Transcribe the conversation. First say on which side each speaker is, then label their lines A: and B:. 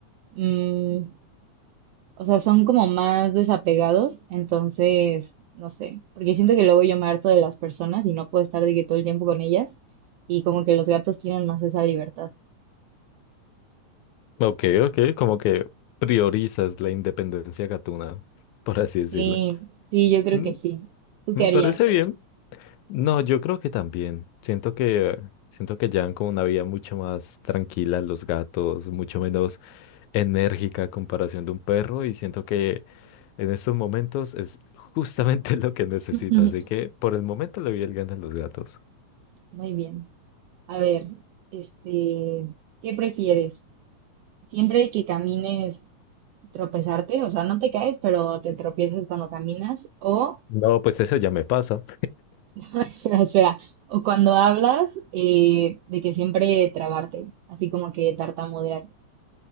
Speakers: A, on the right; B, on the left.
A: mm, o sea, son como más desapegados, entonces, no sé, porque siento que luego yo me harto de las personas y no puedo estar de que todo el tiempo con ellas y como que los gatos tienen más esa libertad.
B: Ok, ok, como que priorizas la independencia gatuna, por así decirlo.
A: Sí, sí, yo creo
B: Mm,
A: que sí. ¿Tú
B: Me
A: qué harías?
B: parece bien. No, yo creo que también. Siento que siento que llevan como una vida mucho más tranquila los gatos, mucho menos enérgica a comparación de un perro y siento que En estos momentos es justamente <laughs> lo que necesito,
A: <laughs>
B: así que por el momento le doy el gana a los gatos.
A: Muy bien. A ver, este, ¿qué prefieres? ¿Siempre que camines tropezarte? O sea, no te caes, pero te tropiezas cuando caminas o
B: No, pues eso ya me pasa.
A: <laughs> Espera, espera. O cuando hablas, eh, de que siempre trabarte, así como que tartamudear.